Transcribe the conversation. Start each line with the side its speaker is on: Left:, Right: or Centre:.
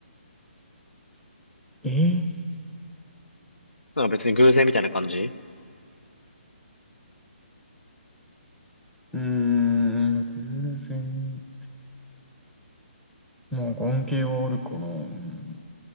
Centre: えー
Left: なんか別に偶然みたいな感じ
Centre: うーん、偶然。まあ、関係はあるかな。うん。